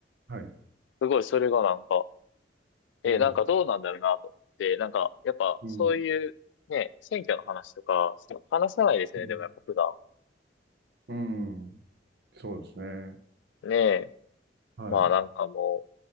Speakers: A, on the right (about 65°); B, on the left (about 85°).
A: はい、
B: すごいそれがなんか、え、
A: うん、
B: なんかどうなんだろうなと思って、なんかやっぱそういうね、
A: うん、
B: 選挙の話とか、話さないですね、
A: うん、
B: でもやっぱ普段。
A: うん、そうですね。
B: ねえ、
A: はい。
B: まあなんかも